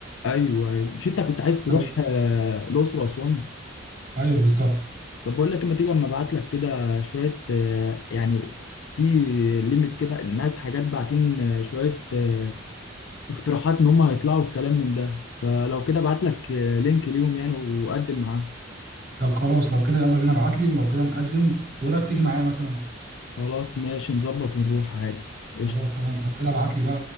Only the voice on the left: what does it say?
ايوه ايوه مش انت كنت عايز تروح
آه، الاقصر واسوان
طب بقول لك اما تيجي اما ابعت لك كده شويه آه، يعني في ليميت كده الناس حاجات باعتين آه، شويه آه، اقتراحات ان هم هيطلعوا الكلام من ده فلو كده ابعت لك لينك ليهم يعني وقدم معاه
خلاص ماشي نظبط ونروح عادي قشطة